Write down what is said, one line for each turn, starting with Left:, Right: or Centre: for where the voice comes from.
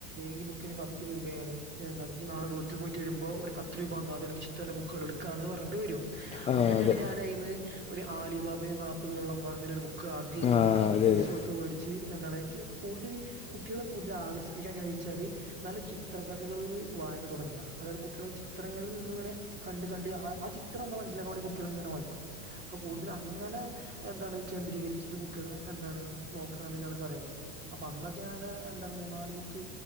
Right: ഈ ബുക്കിന് പ ത്ത്‌രൂപയാണ് ന്നെന്താണ് ഇജ് നാളെ <unintelligible> ട്ട് പോയിട്ട് വരുമ്പോ ഒര് പത്ത് രൂപ തന്നാ മതി അനക്ക് ഇഷ്ടമുള്ള ബുക്ക് കൾ എടുക്കാന്ന് പറഞ്ഞിട്ട് വെരും
Left: ആ
Right: അങ്ങൻന്നെയാണ്
Left: അതെ
Right: ഞാനയ്ന്ന് ഒരു ആലിബാബയും നാപ്പത് കള്ളന്മാരും അങ്ങനെ ഒര് ബുക്ക് ആദ്യാട്ട്
Left: ആ അതെ
Right: പെയ്സ
Left: അതെ
Right: കൊടുത്ത് വേടിച്ച് എന്താണ് കി കൂടുതല് കുട്ടികളെ കൂടുതൽ ആകർഷിപ്പിക്കാൻ എങ്ങനെച്ചാല് നല്ല ചിത്രകഥകളില് വായന തുടങ്ങ അതായത് കുട്ടികൾ ചിത്രങ്ങളിൽ നിന്ന് ഇങ്ങനെ കണ്ട് കണ്ട് ആ ആ ചിത്രം എന്താ മനസ്സിലാക്കാൻ വേണ്ടി കുട്ട്യേള്ങ്ങെനെ വായിക്കും ഇപ്പൊ കൂടുതല് അങ്ങനെ എന്താണ് കേന്ദ്രീകരിച്ചിട്ട് കുട്ടികളെ എന്താണ് നോക്കാ ന്ന്ല്ലാണ് പറയാല്ലേ അപ്പൊ അന്നൊക്കെ ഞാന് എന്ത മൂന്നാനാല് ബുക്ക്